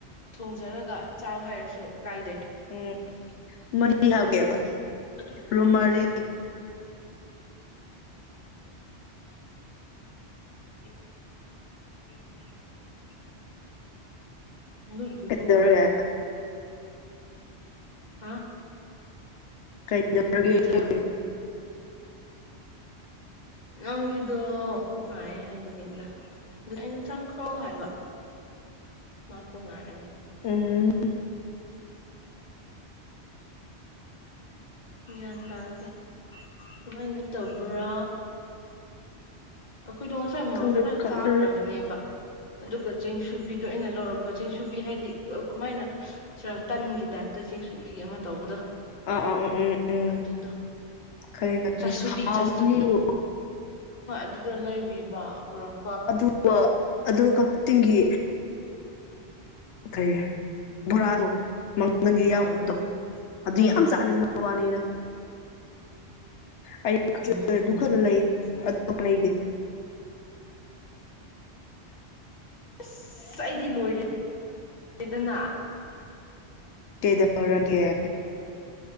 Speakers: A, on the left; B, on the left.
A: ꯊꯣꯡꯖꯔꯒ ꯆꯥꯎ ꯍꯥꯏꯔꯁꯨ ꯀꯥꯏꯗꯦ
B: ꯎꯝ ꯃꯔꯤ ꯍꯥꯞꯒꯦꯕ
A: ꯑꯗꯨ ꯅ
B: ꯔꯨꯝ
A: ꯍꯣꯡꯈ꯭ꯔꯦ
B: ꯃꯔꯤ
A: <inaudible> <inaudible> ꯂ
B: ꯀꯩꯗꯧꯔꯦ
A: ꯊ ꯍꯥ <inaudible>
B: ꯔꯒꯦ
A: ꯅꯠꯇꯦ
B: <inaudible>
A: ꯏꯅꯥꯎꯄꯥꯗꯣ ꯄꯨꯛ ꯅꯥꯢ ꯍꯥꯢꯕꯒꯤꯅꯤꯗ ꯑꯗꯨ ꯑꯩꯅ ꯆꯪꯈ꯭ꯔꯣ ꯍꯥꯏꯕ ꯃꯥ ꯄꯨꯛ ꯅꯥꯔꯗꯤ
B: ꯎꯝ
A: ꯒ꯭ꯌꯥꯟ ꯇꯥꯗꯦ ꯀꯃꯥꯏꯅ ꯇꯧꯕ꯭ꯔꯥ ꯑꯩꯈꯣꯏꯗꯣ ꯉꯁꯥꯢ ꯃꯣꯔꯣꯛ
B: ꯈꯪꯗ꯭ꯔꯦ
A: ꯈꯔ
B: ꯈꯪꯗ꯭ꯔꯦ
A: ꯆꯥꯈ꯭ꯔꯕꯅꯦꯕ ꯑꯗꯨꯒ ꯆꯦꯡꯁꯨꯕꯤꯗꯣ ꯑꯩꯅ ꯂꯧꯔꯛꯄ ꯆꯦꯡꯁꯨꯕꯤ ꯍꯥꯏꯗꯤ ꯀꯃꯥꯏꯅ ꯁꯤꯔ ꯇꯟꯒꯤ ꯇꯥꯏꯞꯇ ꯆꯦꯡ ꯁꯨꯕꯤꯒ ꯑꯃ ꯇꯧꯕꯗꯣ
B: ꯑꯥ ꯑꯥ ꯎꯝ ꯎꯝ ꯎꯝ
A: ꯑꯗꯨꯗꯣ
B: ꯈꯪꯉꯦ ꯈꯪꯉꯦ
A: ꯆꯥꯁꯨꯕꯤ
B: ꯍꯥꯎꯕꯅꯤꯗꯣ
A: ꯆꯥꯁꯨꯕꯤ ꯍꯣꯏ ꯑꯗꯨꯗꯣ ꯂꯩꯕꯤꯕ ꯄꯨꯔꯛ
B: ꯑꯗꯨꯒ ꯑꯗꯨꯒ ꯀꯛꯆꯤꯡꯒꯤ ꯎ ꯀꯔꯤ ꯕꯣꯔꯥꯗꯣ ꯃꯪꯗꯥꯜ ꯌꯥꯎꯕꯗꯣ
A: ꯎꯝ
B: ꯑꯗꯨ
A: ꯎꯝ
B: ꯌꯥꯝ ꯆꯥꯅꯤꯡꯕ ꯋꯥꯅꯤꯅ ꯑꯩ
A: ꯎꯝ
B: ꯑꯗꯨ ꯈꯛꯇ ꯂꯩ ꯑꯗꯣꯞꯄ ꯂꯩꯗꯦ
A: ꯑꯁ ꯑꯩꯗꯤ ꯂꯣꯏꯔꯦꯗꯅ
B: ꯀꯩꯗꯧꯔꯒꯦ